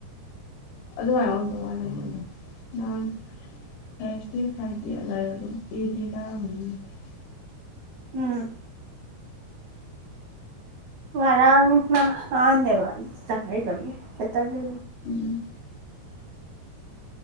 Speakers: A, on the left; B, on the right.
A: ꯑꯗꯨꯃꯥꯏꯅ ꯑꯣꯏꯗꯧ <unintelligible>
B: ꯎꯝ ꯉꯔꯥꯡ ꯅꯍꯥꯟꯅꯦꯕꯥ ꯆꯪꯉꯛꯏꯗꯣ ꯑꯩ ꯁꯇꯔꯗꯦ
A: ꯎꯝ